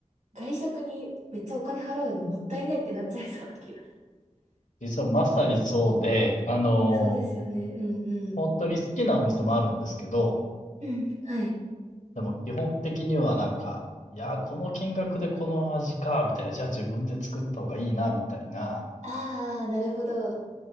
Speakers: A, on the right; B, on the left.
A: 外食にめっちゃお金払うのもったいないってなっちゃいそうな気が。
B: 実はまさにそうで、あの、
A: そうですよね。うんうん。
B: 本当に好きなお店もあるんですけど、
A: うん、はい。
B: でも基本的にはなんか、いや、この金額でこの味か、みたいな、じゃあ自分で作った方がいいな、みたいな
A: ああ、なるほど。